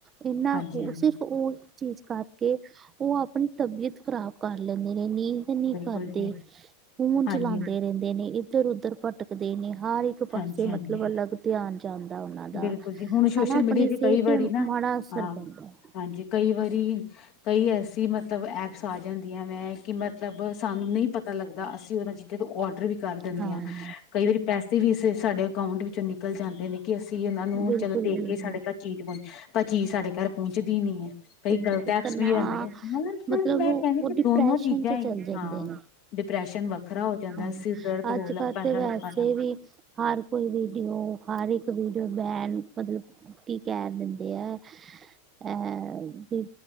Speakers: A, on the right (about 30°); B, on the left (about 50°).
A: ਇਹਨਾਂ
B: ਹਾਂਜੀ
A: ਹੋਰ
B: ਹਾਂਜੀ
A: ਸੀ ਉਹ ਚੀਜ਼ ਕਰਕੇ, ਉਹ ਆਪਣੀ ਤਬੀਅਤ ਖ਼ਰਾਬ ਕਰ ਲੈਂਦੇ ਨੇ ਨੀ ਕੁਝ ਨਹੀਂ
B: ਬਿਲਕੁਲ
A: ਕਰਦੇ
B: ਜੀ
A: ਫੋਨ
B: ਹਾਂਜੀ
A: ਚਲਾਉਂਦੇ ਰਹਿੰਦੇ ਨੇ, ਇੱਧਰ ਉੱਧਰ ਭਟਕਦੇ ਨੇ ਹਰ ਇੱਕ ਇੱਕ ਪਾਸੇ
B: ਹਾਂਜੀ ਹਾਂਜੀ
A: ਮਤਲਬ ਅਲੱਗ ਧਿਆਨ ਕੁਝ ਨਹੀਂ ਜਾਂਦਾ, ਉਹਨਾਂ ਦਾ
B: ਬਿਲਕੁਲ ਜੀ ਹੁਣ ਸੋਸ਼ਲ
A: ਹਨਾ, ਆਪਣੀ
B: ਮੀਡੀਆ
A: ਸਿਹਤ
B: ਕਈ ਵਾਰੀ
A: ਤੇ
B: ਨਾ
A: ਮਾੜਾ ਅਸਰ
B: ਹਾਂ
A: ਪੈਂਦਾ ਹੈ।
B: ਹਾਂਜੀ, ਕਈ ਵਾਰੀ ਕਈ ਐਸੀ ਮਤਲਬ ਐਪਸ ਆ ਜਾਂਦੀਆਂ ਵੈਂ, ਕਿ ਮਤਲਬ ਸਾਨੂੰ ਨਹੀਂ ਪਤਾ ਪਤਾ ਲੱਗਦਾ, ਅਸੀਂ ਉਹਨਾਂ ਚੀਜ਼ਾਂ ਤੋਂ ਆਡਰ ਵੀ ਕਰ ਦਿੰਦੇ
A: ਹਾਂ
B: ਆਂ ਕਈ ਵਾਰੀ ਪੈਸੇ ਵੀ ਇਸ ਸਾਡੇ ਅਕਾਊਂਟ ਵਿੱਚੋਂ ਨਿਕਲ ਜਾਂਦੇ ਨੇ। ਕਿ ਅਸੀਂ ਉਹਨਾ ਨੂੰ
A: ਬਿਲਕੁਲ
B: ਚਲੋ ਦੇਖ
A: ਬਿਲਕੁਲ ਬਿਲਕੁਲ
B: ਕੇ ਸਾਡੇ ਘਰ ਚੀਜ਼ ਪਹੁੰਚੇ ਪਰ ਚੀਜ਼ ਸਾਡੇ ਘਰ ਪਹੁੰਚਦੀ ਨੀ ਹੈ, ਕਈ ਗਲਤ
A: ਬਿਲਕੁਲ
B: ਐਪਸ
A: ਤਨਾਅ
B: ਵੀ ਜਾਂਦੇ, ਅਗਰ
A: ਮਤਲਬ
B: ਮੈਂ
A: ਉਹ
B: ਕਹਿਣੀ ਕਿ
A: ਡਿਪਰੈਸ਼ਨ
B: ਦੋਨੋ ਚੀਜ਼ਾਂ
A: ਚ
B: ਹੈਗੀਆਂ
A: ਚੱਲ ਜਾਂਦੇ
B: ਹਾਂ
A: ਨੇ
B: ਡਿਪਰੈਸ਼ਨ ਵੱਖਰਾ ਹੋ ਜਾਂਦਾ,
A: ਹਾਂ
B: ਸਿਰ ਦਰਦ
A: ਅੱਜ
B: ਹੋਣ ਲੱਗ
A: ਕੱਲ
B: ਪੈਂਦਾ
A: ਤੇ ਵੈਸੇ
B: ਲੋਕਾਂ ਦਾ
A: ਵੀ ਹਰ ਕੋਈ ਵੀਡੀਓ ਹਰ ਇੱਕ ਵੀਡੀਓ ਬੈਨ ਮਤਲਬ ਕੀ ਕਹਿ ਦਿੰਦੇ ਆ ਅਹ ਵੀ